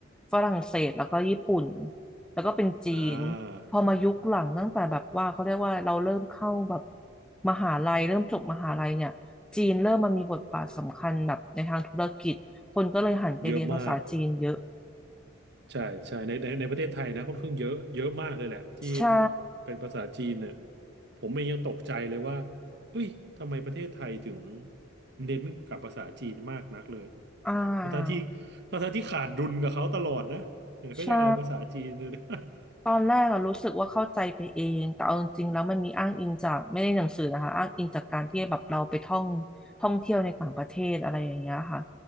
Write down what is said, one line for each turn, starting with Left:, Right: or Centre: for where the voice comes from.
Centre: ฝรั่งเศสแล้วก็ญี่ปุ่นแล้วก็เป็นจีน
Right: อ่า
Centre: พอมายุคหลังตั้งแต่แบบว่าเขาเรียกว่าเราเริ่มเข้าแบบมหาลัยเริ่มจบมหาลัยเนี่ยจีนเริ่มมามีบทบาทสำคัญแบบในทางธุรกิจคนก็เลยหันไปเรียนภาษาจีนเยอะ
Right: เยอะมาก ใช่ใช่ในในในประเทศไทยนะค่อนข้างเยอะเยอะมากเลยแหละที่
Centre: ใช่
Right: เป็นภาษาจีนเนี่ยผมเองยังตกใจเลยว่าเอ้ยทำไมประเทศไทยถึงเน้นกับภาษาจีนมากนักเลย
Centre: อ่า
Right: ทั้งๆที่ทั้งๆที่ขาดดุลกับเขาตลอดนะเนี่ยก็ยังเอาภาษาจีนอยู่นะ
Centre: ใช่
Right: <laughs>
Centre: ตอนแรกอะรู้สึกว่าเข้าใจไปเองแต่เอาจริงๆแล้วมันมีอ้างอิงจากไม่ได้หนังสือนะคะอ้างอิงจากการที่แบบเราไปท่องท่องเที่ยวในต่างประเทศอะไรอย่างเงี้ยค่ะ